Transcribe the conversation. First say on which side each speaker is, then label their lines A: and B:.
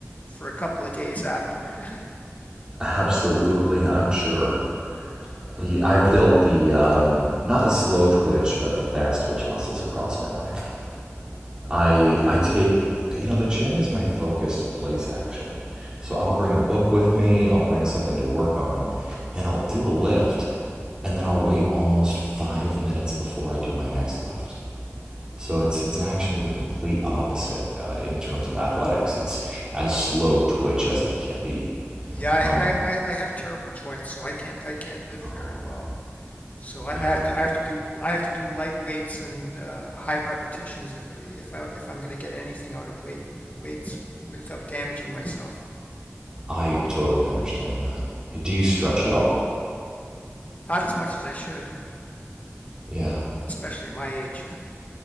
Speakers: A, on the left (about 35°); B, on the right (about 20°).
A: for a couple of days after. <laughs>
B: Absolutely, I'm sure. i I've built the um, not the slow twitch, but the fast twitch muscles across my life. I I take you know the gym is my focused place actually. So I'll bring a book with me, I'll bring something to work on, and I'll do a lift, and then I'll wait almost five minutes before I do my next lift. So it's it's actually the complete opposite uh, in terms of athletics. It's as slow twitch as it can be.
A: Yeah,
B: Um,
A: I, I, I have terrible joints, so I can't I can't lift
B: oh
A: very well. So I,
B: yeah,
A: I have to I have to do I have to do light weights and uh, high repetitions if I- if I if I'm going to get anything out of weight weights without damaging myself.
B: I totally understand that. Do you stretch at all?
A: Not as much as I should,
B: Yeah,
A: especially at my age.